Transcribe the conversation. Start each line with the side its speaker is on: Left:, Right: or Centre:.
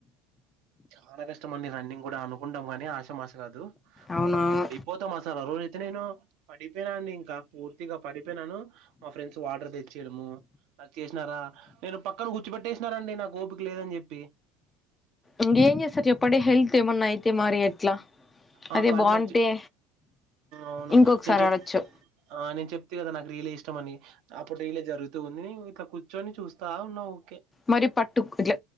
Right: చానా కష్టమండి రన్నింగ్ కూడా అనుకుంటాం కానీ ఆశ మస కాదు
Left: అవునవును
Right: పడిపోతాం అసలు ఆ రోజయితే నేను పడిపోయినాండి ఇంకా పూర్తిగా పడి పోయినాను మా ఫ్రెండ్స్ వాటర్ తెచ్చియడము నాకు చేసినారా నేను పక్కన గుర్చుపెట్టేసినారండి నాకు ఓపిక లేదని చెప్పి
Left: ఇంగ ఏం చేసార్ చెప్పండి హెల్త్ ఏమన్నా అయితే మరి ఎట్లా
Right: ఆ
Left: అదే
Right: కానీ
Left: బాగుంటే
Right: నాకు అవును
Left: ఇంకొకసారి
Right: నేను చెప్
Left: ఆడొచ్చు
Right: ఆ నేను చెప్తి కదా నాకు రీలే ఇష్టమని అప్పుడు రీలే జరుగుతూ ఉంది నేను గిట్ల కు ర్చొని చూస్తా ఉన్నా ఉకే
Left: మరి పట్టు ఇట్లా